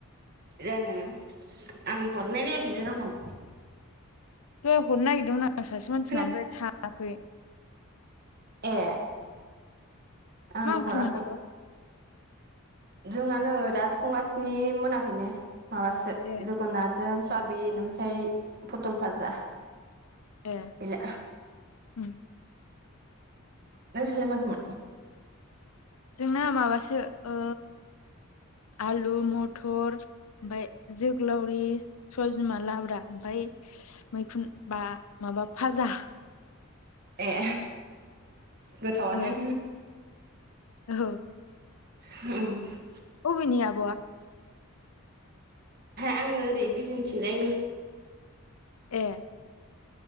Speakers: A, on the right; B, on the left.
A: जानो आं हरनाय नायाखैनो दंनाव
B: द हरनो नागिरदोंमोन आं सासे मानसिनाव
A: खोना
B: ओमफ्राय थाङाखै
A: ए आं
B: मा ओंख्रिमोन
A: हराखै
B: आब'
A: जोंहानो दा संगसिनि मोनाखैनो माबासो
B: ए
A: जोगन्नाथ जों साबिन ओमफ्राय फटल भाजा
B: ए
A: बिला
B: उम
A: नों सालाय मा
B: जोंना माबासो ओ आलु मथर ओमफ्राय जोगोलावरि सबाय बिमा लाब्रा ओम फ्राय मैखुन बा माबा फाजा
A: ए गोथावानो
B: ओ औ
A: उम
B: अबेनि आबआ
A: आङो ओरै बिजिंथिंजायनि
B: ए